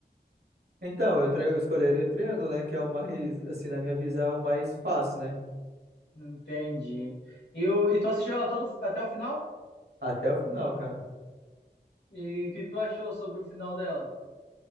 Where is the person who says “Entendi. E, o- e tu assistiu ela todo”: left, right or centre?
Left